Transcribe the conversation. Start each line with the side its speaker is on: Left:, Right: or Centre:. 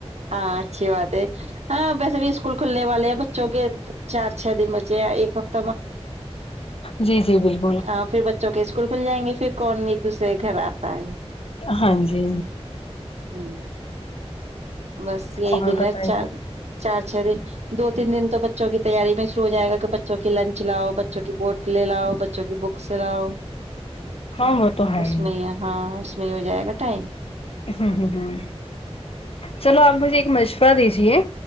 Right: ہاں اچھی بات ہے ہاں ویسے ا بھی اسکول کھلنے والا بچوں کے چار چھ دن بچے ایک ہتے
Left: جی جی بالکل
Right: ہ پھر بچوں کے اسک ول کھل جائیں گے پھر کون ایک دوسرے کے گھر آتا ہے
Left: ہاں جی
Right: ہمم بس یہی
Left: اور
Right: دن
Left: بتائیے
Right: چار چار چھ دن دو تین دن تو بچوں کی تیاری میں شرو ہو جائے گا کہ بچوں کی لنچ لاؤ بچوں کی بوٹیں لاؤ بچوں کی بکس لاؤ
Left: ہاں وہ تو ہے
Right: اس
Left: ہی
Right: میں ہاں اس میں ہو جائے گا ٹائم
Left: ہ ہوں ہوں چلو آپ مجھے ایک مشورہ دیجیے